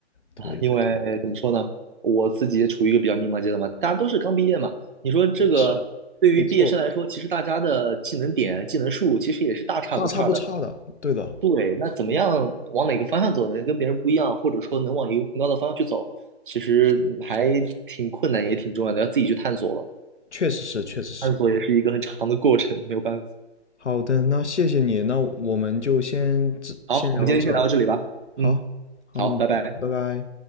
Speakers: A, on the left; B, on the right.
A: 对对对，
B: 因为怎么说呢，我自己也处于一个比较迷茫阶段嘛，大家都是刚毕业嘛，你说这个对于毕业生来说，
A: 是的，没错，
B: 其实大家的技能点、技能数其实也是大差不差的。
A: 大差不差的，对的，
B: 对，那怎么样往哪个方向走呢？跟别人不一样，或者说能往一个更高的方向去走，其实还挺困难，也挺重要的，要自己去探索了。
A: 确实是，确实是。
B: 探索也是一个很长的过程，没有办法。
A: 好的，那谢谢你，那我们就先这先聊到这。
B: 好，我们今天先聊到这里吧。
A: 好，
B: 嗯，
A: 好，
B: 好，
A: 嗯，
B: 拜拜。
A: 拜拜。